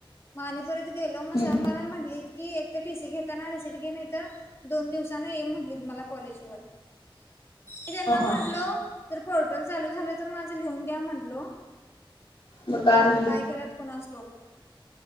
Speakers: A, on the left (about 30°); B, on the left (about 70°).
A: म आणि परत गेलो मग सर
B: हं,
A: मला म्हटलीत की एक तर टी सी घेताना रिसिट घे नाहीतर दोन दिवसानं ये म्हटलीत मला कॉलेजवर. मी त्यांना
B: हं.
A: म्हटलो जर पोर्टल चालू झालं तर माझं लिहून घ्या म्हटलो
B: मग
A: तर आता
B: म्हणले
A: काय केल्यात कुणास ठाऊक.